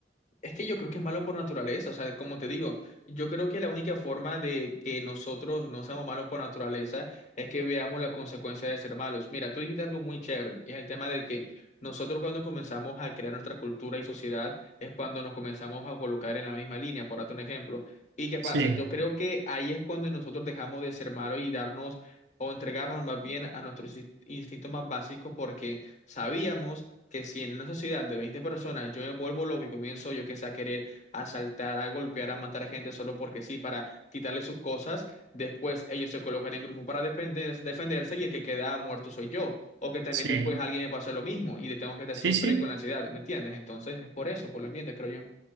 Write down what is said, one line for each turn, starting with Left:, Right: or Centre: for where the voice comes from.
Left: Es que yo creo que es malo por naturaleza, o sea, como te digo, yo creo que la única forma de que nosotros no seamos malos por naturaleza es que veamos la consecuencia de ser malos. Mira, tú dijiste algo muy chévere, y es el tema de que nosotros cuando comenzamos a crear nuestra cultura y sociedad es cuando nos comenzamos a colocar en la misma línea, por darte un ejemplo. ¿Y qué pasa?
Right: Sí,
Left: Yo creo que ahí es cuando nosotros dejamos de ser malos y darnos... o entregarnos más bien a nuestros insti- instintos más básicos porque sabíamos que si en una sociedad de 20 personas yo me vuelvo loco y comienzo yo que sé a querer asaltar, a golpear, a matar a gente solo porque sí, para quitarle sus cosas, después ellos se colocan en grupo para defender- defenderse y el que queda muerto soy yo, o que también
Right: sí,
Left: después alguien me pase lo mismo y le tengo que estar
Right: sí,
Left: siempre
Right: sí.
Left: con la ansiedad, ¿me entiendes? Entonces es por eso, por el ambiente, creo